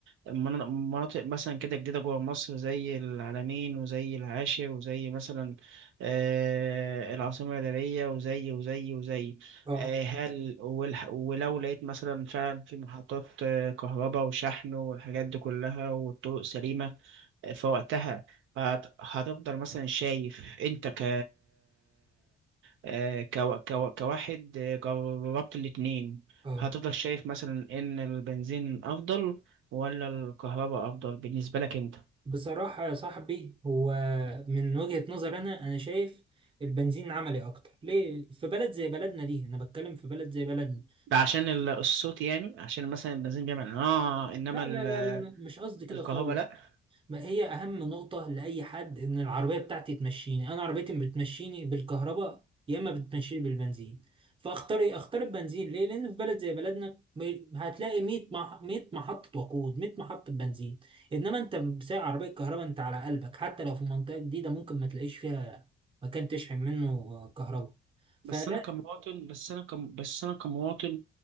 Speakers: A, on the right; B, on the right.
A: منا- مناطق مثلا كده جديده جوه مصر زي العلمين وزي العاشر وزي مثلا آه، العاصمه الاداريه وزي وزي وزي
B: اه
A: آه، هل والح- ولو لقيت مثلا فعلا في محطات آه، كهرباء وشحن والحاجات دي كلها والطرق سليمه فوقتها هت- هتفضل مثلا شايف انت ك آه، كوا- كوا- كواحد آه، جربت الاتنين
B: اه
A: هتفضل شايف مثلا ان البنزين افضل ولا الكهرباء افضل بالنسبة لك انت
B: بصراحة يا صاحبي هو من وجهة نظر أنا أنا شايف البنزين عملي أكتر ليه في بلد زي بلدنا دي أنا بتكلم في بلد زي بلدنا
A: ده عشان ال- الصوت يعني عشان مثلا البنزين بيعمل اه انما
B: لا
A: ال-
B: لا لا لا, لا. مش قصدي كده
A: الكهرباء
B: خالص
A: لا
B: ما هي اهم نقطة لأي حد ان العربية بتاعتي تمشيني انا عربيتي بتمشيني بالكهرباء يا اما بتمشيني بالبنزين فاختار ايه اختار البنزين ليه لان في بلد زي بلدنا م- هتلاقي 100 مح... 100 محطة وقود 100 محطة بنزين انما انت بسايق عربية كهرباء انت على قلبك حتى لو في منطقة جديدة ممكن ما تلاقيش فيها مكان تشحن منه كهرباء فلا
A: بس انا كمواطن بس انا كم بس انا كمواطن